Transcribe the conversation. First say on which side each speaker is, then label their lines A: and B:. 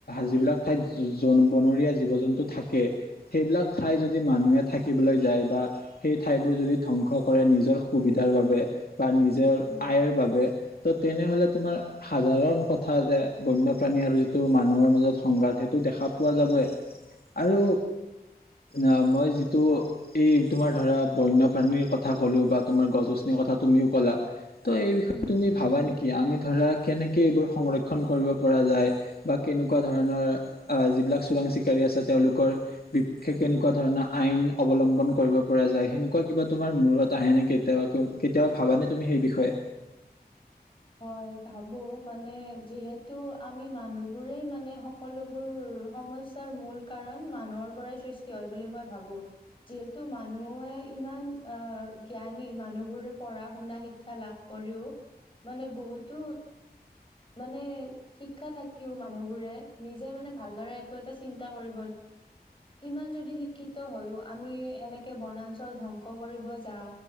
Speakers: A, on the left; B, on the left.
A: যিবিলাক ঠাইত জন বনৰীয়া জীৱ-জন্তু থাকে সেইবিলাক ঠাই যদি মানুহে থা কিবলৈ যায় বা সেই ঠাইবোৰ যদি ধ্বংস কৰে নিজৰ সুবিধাৰ বাবে বা নিজৰ
B: উম।
A: আয়ৰ বাবে ত' তেনেহলে তোমাৰ সাধাৰণ কথা যে বন্যপ্ৰাণী আৰু যিটো মানুহৰ মাজত সংঘাত সেইটো দেখা পোৱা যাবয়ে আৰু অ মই যিটো এই তোমাৰ ধৰা বন্যপ্ৰাণীৰ কথা ক'লো বা তোমাৰ গছ-গছনিৰ কথা তুমিও ক'লা ত' এই বিষয়ে
B: উম
A: তুমি ভাবা নেকি? কি আমি ধৰা কেনেকে এইবোৰ সংৰক্ষণ কৰিব পৰা যায় বা কেনেকুৱা ধৰণৰ যিবিলাক চোৰাং চিকাৰী আছে, তেওঁলোকৰ বিপক্ষে কেনেকুৱা ধৰণৰ আইন অৱলম্বন কৰিব। পৰা যায় সেনেকুৱা কিবা তোমাৰ মূৰত আহে নে কেতিয়া কেতিয়াবা ভাবানে তুমি সেই বিষয়ে?
B: <inaudible> হয় ভাবো, মানে যিহেতু আমি মানুহ বোৰেই মানে সকলোবোৰ সমস্যাৰ মূল কাৰণ মানুহৰ পৰাই সৃষ্টি হয় বুলি মই ভাবো যিহেতু মানুহে ইমান আহ জ্ঞানী মানুহবোৰে পঢ়া-শুনা শিক্ষা লাভ কৰিও মানে বহুতো মানে শিক্ষা থাকিও মানুহবোৰে নিজে মানে ভালদৰে একো এটা চিন্তা কৰিব। ইমান যদি শিক্ষিত হয়ও আমি এনেকে বনাঞ্চল ধ্বংস কৰিব যাওঁ।